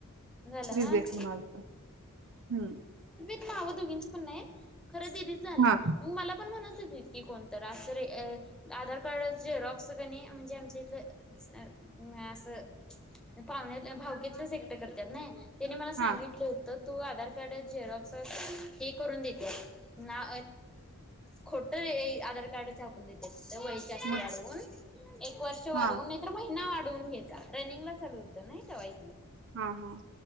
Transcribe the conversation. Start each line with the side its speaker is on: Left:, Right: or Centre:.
Centre: झालं.
Right: रिजेक्ट होऊन आलत हूं
Centre: नावं दोघींची पण नाईत. खरं दिदीच झालं
Right: हा
Centre: मग मला पण म्हणत होतीत की, कोणतर रासरे अ आधार कार्डाच झेरॉक्स कनी म्हणजे आमच्या इथलं नाय असं पाहुण्यात भाऊकीतलंच एकटं करत्यात नाय त्यानी मला सांगितलं
Right: हा
Centre: होतं. तू आधार कार्ड झेडॉक्स हे करून देतीया ना खोट हे आधार कार्ड छापून देत्यात त्या वय जास्त
Right: मग
Centre: वाढवून एक वर्ष वाढवून
Right: हा
Centre: नाही तर महि ना वा ढवून घेयाचा रनिंगला चालू होत नयी ठेवाय
Right: हा हा